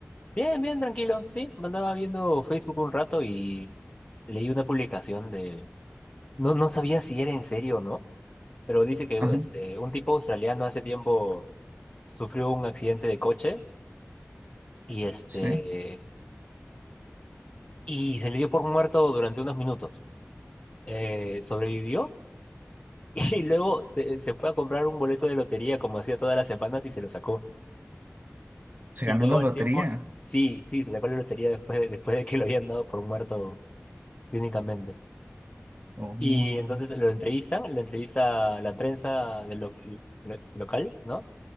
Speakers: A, on the left; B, on the right.
A: Bien, bien, tranquilo. Sí, me andaba viendo Facebook un rato y leí una publicación de... No, no sabía si era en serio o no, pero dice que
B: Ajá,
A: este, un tipo australiano hace tiempo sufrió un accidente de coche y, este,
B: sí.
A: y se le dio por muerto durante unos minutos. Eh, sobrevivió <laughs> y luego se, se fue a comprar un boleto de lotería como hacía todas las semanas y se lo sacó.
B: Se
A: Y
B: ganó
A: luego
B: la
A: al
B: lotería.
A: tiempo, sí, sí, se sacó la lotería después, de- después de que lo habían dado por muerto clínicamente.
B: Oh,
A: Y entonces lo entrevistan, lo entrevista la prensa del lo- lo- local, ¿no?